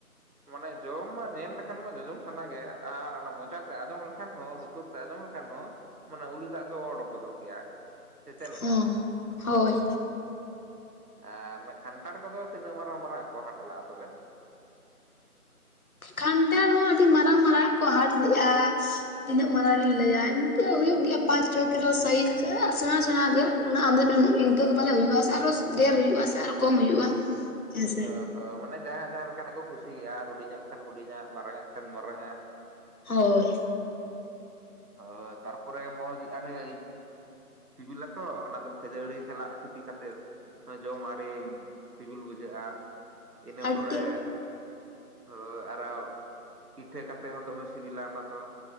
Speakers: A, on the right (about 80°); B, on the left (about 65°).
A: ᱢᱟᱱᱮ ᱡᱚᱢ ᱢᱟ ᱧᱮᱞ ᱞᱮᱠᱷᱟᱱ ᱢᱟ ᱡᱚᱡᱚᱢ ᱥᱟᱱᱟ ᱜᱮ ᱟᱨ ᱚᱱᱟ ᱢᱚᱪᱟᱛᱮ ᱟᱸᱡᱚᱢ ᱞᱮᱠᱷᱟᱱ ᱦᱚᱸ ᱞᱩᱛᱩᱨ ᱟᱡᱚᱢᱚᱢ ᱞᱮᱠᱷᱟᱱ ᱦᱚᱸ ᱢᱟᱱᱮ ᱩᱞᱤ ᱫᱟᱜ ᱫᱚ ᱚᱰᱩᱠ ᱜᱚᱫᱚᱜ ᱜᱮᱭᱟ ᱥᱮ ᱪᱮᱫ ᱞᱮᱠᱟ
B: ᱦᱚᱸ ᱦᱳᱭ
A: ᱟᱨ ᱠᱷᱟᱱᱴᱷᱟᱲ ᱠᱚᱫᱚ ᱛᱤᱱᱟᱹᱜ ᱢᱟᱨᱟᱝ ᱢᱟᱨᱟᱝ ᱠᱚ ᱦᱟᱴ ᱞᱟᱜᱼᱟ ᱛᱚᱵᱮ
B: ᱠᱷᱟᱱᱴᱷᱟᱲ ᱦᱚᱸ ᱟᱹᱰᱤ ᱢᱟᱨᱟᱝ ᱢᱟᱨᱟᱝ ᱟᱜ ᱠᱚ ᱦᱟᱴ ᱞᱮᱜᱼᱟ ᱛᱤᱱᱟᱹᱜ ᱢᱟᱨᱟᱲᱟᱝ ᱞᱤᱧ ᱞᱟᱹᱭᱟ ᱤᱱᱠᱟᱹ ᱦᱩᱭᱩᱜ ᱜᱮᱭᱟ ᱯᱟᱸᱪ ᱪᱷᱚ ᱠᱤᱞᱳ ᱥᱟᱭᱤᱡ ᱥᱮᱬᱟ ᱥᱮᱬᱟ ᱜᱮ ᱚᱱᱟ ᱟᱸᱫᱚ ᱤᱱᱠᱟᱹ ᱜᱮ ᱯᱟᱞᱮ ᱦᱩᱭᱩᱜᱼᱟ ᱥᱮ ᱟᱨᱚ ᱰᱷᱮᱹᱨ ᱦᱩᱭᱩᱜᱼᱟ ᱥᱮ ᱟᱨᱚ ᱥᱮ ᱠᱚᱢ ᱦᱩᱭᱩᱜᱼᱟ ᱦᱮᱸᱥᱮ
A: ᱚ ᱦᱚᱸ ᱢᱟᱱᱮ ᱡᱟᱦᱟᱸᱭ ᱡᱟᱦᱟᱸ ᱞᱮᱠᱟᱱᱟᱜ ᱠᱚ ᱠᱩᱥᱤᱭᱟᱜᱼᱟ ᱦᱩᱰᱤᱧᱟᱜ ᱠᱷᱟᱱ ᱦᱩᱰᱤᱧᱟᱜ ᱢᱟᱨᱟᱝᱼᱜ ᱠᱷᱟᱱ ᱢᱟᱨᱟᱝᱼᱟᱜ
B: ᱦᱳᱭ
A: ᱦᱚᱸ ᱦᱳᱭ ᱛᱟᱨᱯᱚᱨ ᱢᱚᱡᱽ <unintelligible> ᱥᱤᱵᱤᱞᱟᱛᱚ ᱚᱱᱟ ᱫᱚ ᱠᱷᱟᱹᱡᱟᱹᱲᱤ ᱥᱟᱞᱟᱜ ᱥᱤᱯᱤ ᱠᱟᱛᱮᱫ ᱦᱚᱸ ᱡᱚᱢ ᱟᱹᱰᱤ ᱥᱤᱵᱤᱞ ᱵᱩᱡᱷᱟᱹᱜᱼᱟ ᱤᱱᱟᱹ
B: ᱟᱨ
A: ᱯᱚᱨᱮ
B: ᱴᱤ
A: ᱦᱳᱭ ᱟᱨᱚ ᱯᱤᱴᱷᱟᱹ ᱠᱟᱛᱮᱫ ᱦᱚᱸ ᱫᱚᱢᱮ ᱥᱤᱵᱤᱞᱟ ᱚᱱᱟ ᱫᱚ